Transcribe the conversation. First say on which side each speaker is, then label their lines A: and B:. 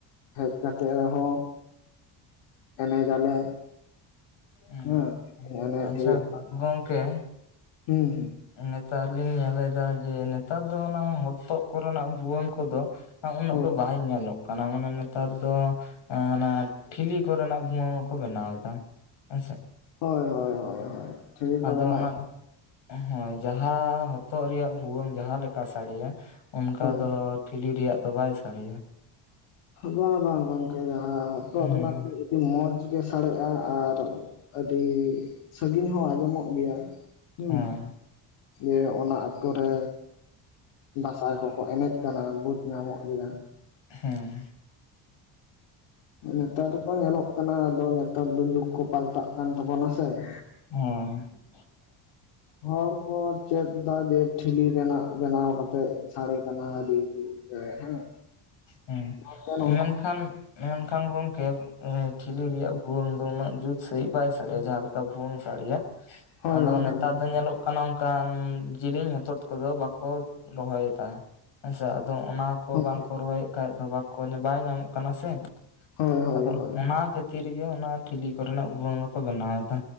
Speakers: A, on the left (about 80°); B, on the left (about 65°).
A: ᱦᱮᱡ ᱠᱟᱛᱮ ᱨᱮᱦᱚᱸ, ᱮᱱᱮᱡᱟ ᱟᱞᱮ᱾
B: ᱦᱩᱸ,
A: ᱦᱮᱸ ᱮᱱᱮᱡ
B: ᱟᱪᱪᱷᱟ
A: ᱦᱩᱭᱩᱜᱼᱟ
B: ᱜᱚᱝᱠᱮ
A: ᱦᱩᱸ
B: ᱱᱮᱛᱟᱨ ᱞᱤᱧ ᱧᱮᱞᱮᱫᱟ ᱡᱮ ᱱᱮᱛᱟᱨ ᱫᱚ ᱚᱱᱟ ᱦ ᱛᱚᱜ ᱠᱚᱨᱮᱱᱟᱜ ᱵᱷᱩᱣᱟᱹᱝ ᱠᱚᱫᱚ ᱩᱱᱟᱹᱜ
A: ᱦᱩᱸ
B: ᱫᱚ ᱵᱟᱭ ᱧᱮᱞᱚᱜ ᱠᱟᱱᱟ, ᱢᱟᱱᱮ ᱱᱮᱛᱟᱨ ᱫᱚ ᱮ ᱚᱱᱟ ᱴᱷᱤᱞᱤ ᱠᱚᱨᱮᱱᱟᱜ ᱵᱷᱩᱣᱟᱹ ᱦᱚᱸᱠᱚ ᱵᱮᱱᱟᱣ ᱮᱫᱟ᱾ ᱦᱮᱸᱥᱮ᱾
A: ᱦᱳᱭ ᱦᱳᱭ ᱦᱳᱭ ᱦᱳᱭ᱾ ᱪᱷᱚᱵᱤ ᱠᱚᱨᱮᱱᱟᱜ
B: ᱟᱫᱚ ᱚᱱᱟ ᱦᱳᱭ ᱡᱟᱦᱟᱸ ᱦᱚᱛᱚᱜ ᱨᱮᱭᱟᱜ ᱵᱷᱩᱣᱟᱹᱝ ᱡᱟᱦᱟᱸ ᱞᱮᱠᱟ ᱥᱟᱲᱤᱭᱟ ᱚᱱᱠᱟ
A: ᱦᱳᱭ
B: ᱫᱚ ᱴᱷᱤᱞᱤ ᱨᱮᱭᱟᱜ ᱫᱚ ᱵᱟᱭ ᱥᱟᱲᱮᱭᱟ᱾
A: ᱵᱟᱝ ᱵᱟᱝ ᱜᱚᱝᱠᱮ ᱡᱟᱦᱟ ᱦᱚᱛᱚᱜ
B: ᱦᱮᱸ
A: ᱨᱮᱭᱟᱜ ᱢᱚᱡᱽ ᱜᱮ ᱥᱟᱲᱮᱜᱼᱟ ᱟᱨ ᱟᱹᱰᱤ ᱥᱟᱺᱜᱤᱧ ᱦᱚᱸ ᱟᱸᱡᱚᱢᱚᱜ ᱜᱮᱭᱟ᱾ ᱦᱩᱸ,
B: ᱦᱮᱸ
A: ᱡᱮ ᱚᱱᱟ ᱟᱛᱳ ᱨᱮ ᱫᱟᱸᱥᱟᱭ ᱠᱚᱠᱚ ᱮᱱᱮᱡ ᱠᱟᱱᱟ ᱵᱩᱡᱽ ᱧᱟᱢᱚᱜ ᱜᱮᱭᱟ᱾
B: ᱦᱮᱸ᱾
A: ᱱᱮᱛᱟᱨ ᱫᱚᱠᱚ ᱧᱮᱞᱚᱜ ᱠᱟᱱᱟ ᱟᱫᱚ ᱱᱮᱛᱟᱨ ᱫᱚ ᱡᱩᱜᱽ ᱠᱚ ᱯᱟᱞᱴᱟᱜ ᱠᱟᱱ ᱛᱟᱵᱚᱱᱟ ᱥᱮ ᱾
B: ᱦᱳᱭ,
A: ᱦᱚᱲ ᱠᱚ ᱪᱮᱫ ᱮᱫᱟ ᱡᱮ ᱴᱷᱤᱞᱤ ᱨᱮᱱᱟᱜ ᱵᱮᱱᱟᱣ ᱠᱟᱛᱮᱜ, ᱥᱟᱲᱮ ᱠᱟᱱᱟ ᱟᱹᱰᱤ ᱡᱩᱛ ᱜᱮ ᱦᱮᱸ
B: ᱦᱮᱸ
A: ᱱᱚᱛᱮ ᱱᱚᱝᱠᱟ
B: ᱢᱮᱱᱠᱷᱟᱱ ᱢᱮᱱᱠᱷᱟᱱ ᱜᱚᱢᱠᱮ ᱴᱷᱤᱞᱤ ᱨᱮᱭᱟᱜ ᱵᱷᱩᱣᱟᱹᱝ ᱫᱚ ᱩᱱᱟᱹᱜ ᱡᱩᱛ ᱥᱟᱺᱦᱤᱡ ᱵᱟᱭ ᱥᱟᱲᱮᱭᱟ ᱡᱟᱦᱟᱸᱞᱮᱠᱟ ᱵᱷᱩᱣᱟᱹᱝ ᱥᱟᱲᱮᱭᱟ ᱾
A: ᱦᱳᱭ
B: ᱟᱫᱚ
A: ᱜᱚᱝᱠᱮ
B: ᱱᱮᱛᱟᱨ
A: ᱦᱳᱭ
B: ᱫᱚ ᱧᱮᱞᱚᱜ ᱠᱟᱱᱟ ᱚᱱᱠᱟᱱ ᱡᱮᱞᱮᱧ ᱦᱚᱛᱚᱫ ᱠᱚᱫᱚ ᱵᱟᱠᱚ ᱨᱚᱦᱚᱭ ᱮᱫᱟ ᱾ ᱦᱮᱸᱥᱮ ᱟᱫᱚ ᱚᱱᱟ ᱠᱚ
A: ᱦᱳᱭ
B: ᱵᱟᱝ, ᱠᱷᱟ ᱫᱚ ᱵᱟᱠᱚ ᱵᱟᱭ ᱧᱟᱢᱚᱜ ᱠᱟᱱᱟ ᱥᱮ,
A: ᱦᱳᱭ ᱦᱳᱭ
B: ᱟᱫᱚ
A: ᱦᱳᱭ
B: ᱚᱱᱟ ᱠᱷᱟᱹᱛᱤᱨ ᱜᱮ ᱚᱱᱟ ᱴᱷᱤᱞᱤ ᱠᱚᱨᱮᱱᱟᱜ ᱵᱚᱝᱜᱟ ᱠᱚ ᱵᱮᱱᱟᱣ ᱮᱫᱟ